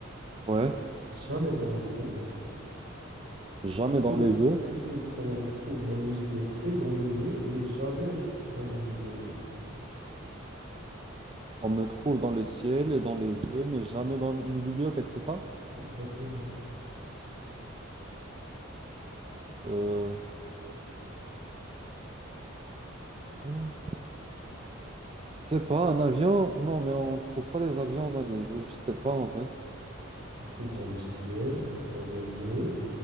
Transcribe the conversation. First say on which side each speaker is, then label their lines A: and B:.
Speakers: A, on the right; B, on the right.
A: Ouais,
B: jamais dans les œufs.
A: jamais
B: Plutôt,
A: dans les œufs.
B: plutôt qu'on retrouve dans le ciel et dans les œufs, mais jamais dans une bibliothèque.
A: On me trouve dans le ciel et dans les œufs, mais jamais dans une bibliothèque, c'est ça?
B: Exactement.
A: Euh, hein, je sais pas, un avion? Non, mais on trouve pas des avions dans les œufs, je sais pas en vrai.
B: On trouve dans le ciel, dans les œufs,